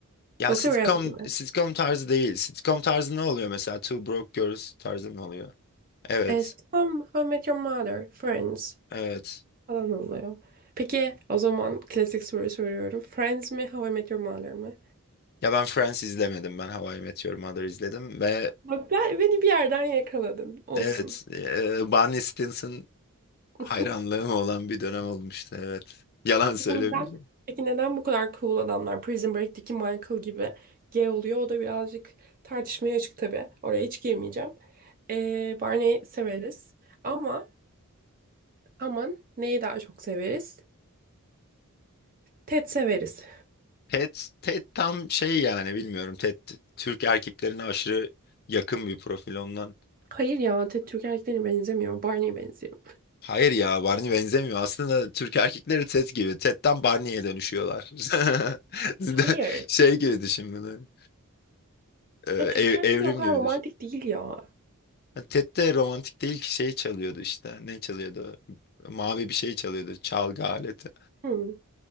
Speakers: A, on the left; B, on the right.
A: Ya
B: Yoksa
A: sitcom
B: reality mi?
A: sitcom tarzı değil. Sitcom tarzı ne oluyor mesela? Two Broke Girls tarzı ne oluyor? Evet.
B: As Tom, How I Met Your Mother, Friends
A: Evet.
B: falan oluyor. Peki o zaman klasik soru soruyorum. Friends mi, How I Met Your Mother mı?
A: Ya ben Friends izlemedim. Ben How I Met Your Mother izledim ve
B: Bak ben, beni bir yerden yakaladın. Olsun.
A: Evet, e, Barney Stinson
B: <laughs>
A: hayranlığım olan bir dönem olmuştu. Evet, yalan söylemeyeceğim.
B: Peki neden? Peki neden bu kadar cool adamlar Prison Break'teki Michael gibi gay oluyor? O da birazcık tartışmaya açık tabii. Oraya hiç girmeyeceğim. Ee, Barney severiz. Ama aman neyi daha çok severiz? Ted severiz.
A: Ted, Ted tam şey yani bilmiyorum. Ted Türk erkeklerine aşırı yakın bir profil ondan.
B: Hayır ya Ted Türk erkeklerine benzemiyor. Barney'e benziyor.
A: Hayır ya Barney benzemiyor. Aslında Türk erkekleri Ted gibi. Ted'den Barney'e dönüşüyorlar. <laughs>
B: Hayır.
A: Şey gibi düşün bunu. E, ev-
B: E, Düşük erkek
A: evrim
B: de o kadar
A: gibi
B: romantik
A: düşün.
B: değil ya.
A: Ted de romantik değil ki şey çalıyordu işte. Ne çalıyordu? Mavi bir şey çalıyordu. Çalgı aleti.
B: Hı.